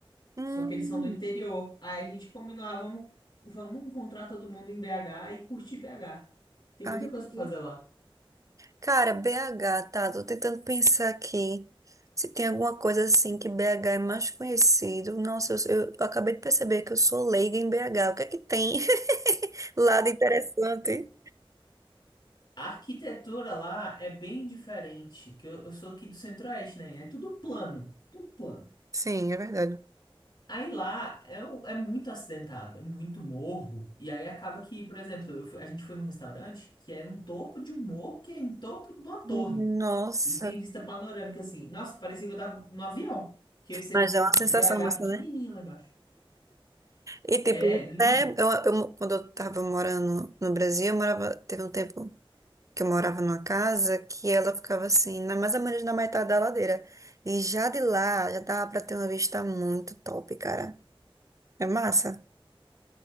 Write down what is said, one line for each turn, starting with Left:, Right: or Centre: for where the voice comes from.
Right: Hum,
Left: Só que eles são do interior. Aí a gente combinou, ah, vamos, vamos encontrar todo mundo em BH e curtir BH. Tem
Right: ai,
Left: muita coisa pra fazer lá.
Right: Cara, BH, tá? Tô tentando pensar aqui se tem alguma coisa assim que BH é mais conhecido. Nossa, eu, eu acabei de perceber que eu sou leiga em BH. O que é que tem <laughs> lá de interessante?
Left: A arquitetura lá é bem diferente, que eu, eu sou aqui do Centro-Oeste, né? É tudo plano, tudo plano.
Right: Sim, é verdade.
Left: Aí lá é, o- é muito acidentado, é muito morro. E aí acaba que, por exemplo, eu fui- a gente foi num restaurante que é no topo de um morro, que é em topo de uma
Right: Nossa,
Left: torre. E tem vista panorâmica assim. Nossa, parecia que eu tava no avião. Que aí você
Right: mas
Left: via
Right: é uma
Left: BH
Right: sensação massa,
Left: pequenininho
Right: né?
Left: lá embaixo.
Right: E tipo,
Left: É,
Right: até
Left: lindo.
Right: eu, eu- quando eu tava morando no Brasil, eu morava, teve um tempo que eu morava numa casa que ela ficava assim, na- mais ou menos na metade da ladeira. E já de lá, já dava pra ter uma vista muito top, cara. É massa?